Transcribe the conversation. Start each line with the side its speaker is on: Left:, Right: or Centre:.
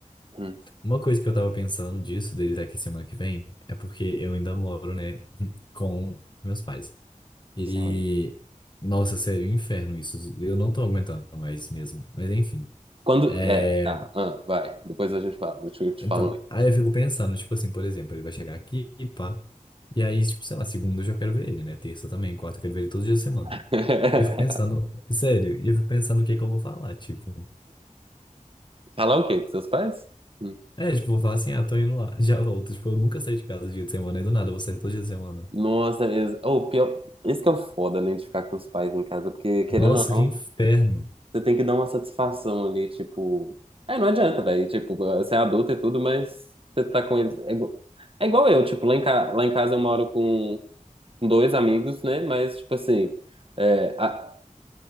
Right: Hum,
Left: uma coisa que eu tava pensando disso, dele daqui semana que vem, é porque eu ainda moro, né, com meus pais. E,
Right: sim.
Left: nossa, sério, um inferno isso. Eu não tô aguentando mais mesmo. Mas enfim.
Right: Quando.
Left: É,
Right: É, tá, ah, vai. Depois a gente fala. Eu te, te
Left: então,
Right: falo.
Left: aí eu fico pensando, tipo assim, por exemplo, ele vai chegar aqui, pá. E aí, tipo, sei lá, segunda eu já quero ver ele, né? Terça também, quarta eu quero ver ele todos os dias da semana.
Right: <laughs>
Left: E eu fico pensando, sério, e eu fico pensando o que é que eu vou falar, tipo.
Right: Falar o quê? Com seus pais? Hum.
Left: É, tipo, vou falar assim, ah, tô indo lá, <laughs> já volto. Tipo, eu nunca saí de casa dia de semana, e do nada, eu vou sair todo dia de semana.
Right: Nossa, mesmo. Ou pior. Isso que é o foda, né, de ficar com os pais em casa, porque querendo
Left: Nossa,
Right: ou não.
Left: que inferno.
Right: Você tem que dar uma satisfação ali, tipo. É, não adianta, velho. Tipo, você é adulto e tudo, mas você tá com eles. É igual, é igual eu, tipo, lá em, ca... lá em casa eu moro com... com dois amigos, né? Mas, tipo assim. é, a-